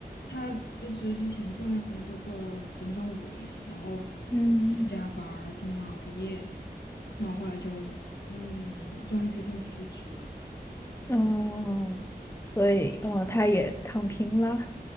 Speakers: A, on the left; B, on the left.
A: 他辞职之前做那个工作做了整整五年，然后又加班儿，
B: 嗯，
A: 经常熬夜，然后后来就嗯，终于决定辞职了。
B: 嗯，哦所以，哦，他也躺平了。